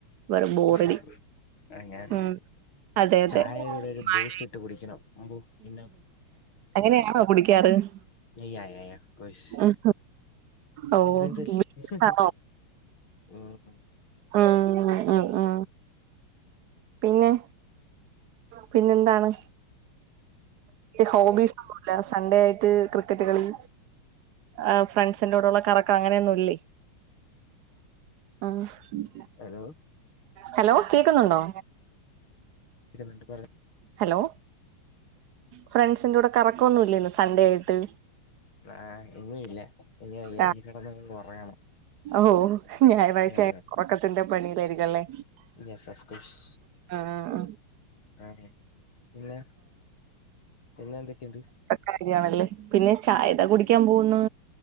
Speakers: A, on the right; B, on the left.
A: വേറെ ബോറടി
B: ഉഫ് ഉഫ് ഉഫ് അങ്ങനെ
A: ഉ അതെ അതെ
B: ചായയുടെ ഒരു
A: മഴ
B: ബൂസ്റ്റ് ഇട്ട് കുടിക്കണം അമ്പു പിന്നെ
A: അങ്ങനെയാണോ കുടിക്കാറ് <inaudible>
B: യാ യാ കോഴ്സ്
A: ഉം. ഓ
B: <unintelligible>
A: ആണോ ആ ആ ആ പിന്നെ പിന്നെന്താണ് ഹോബിസ് ഒന്നൂല്ല സൺഡേ ആയിട്ട് ക്രിക്കറ്റ് കളി ആ ഫ്രണ്ട്സിന്റെടുള്ള കറക്കം അങ്ങനെയൊന്നും ഇല്ലേ ഹാ ഹാ
B: ഹലോ
A: ഹലോ കേക്കുന്നുണ്ടോ
B: ന്നുണ്ട് പറ
A: ഹലോ ഫ്രണ്ട്സിന്റെടെ കറക്കൊന്നുല്ലേ സൺഡേ ആയിട്ട്
B: ആ ഇനി ഇല്ല ഇനി വയ്യ
A: ആ
B: ഇനി കിടന്നങ്ങ് ഉറങ്ങണം
A: ഓ ഞായറാഴ്ച
B: യാ യാ
A: ഉറക്കത്തിന്റെ പണിയിലായിരിക്കല്ലേ
B: യെസ് ഓഫ് കോഴ്സ്
A: ആഹ്
B: ആ പിന്നെ പിന്നെ എന്തൊക്കെയുണ്ട്
A: കാര്യണല്ലേ പിന്നെ ചായക്കെ കുടിക്കാൻ പോകുന്നു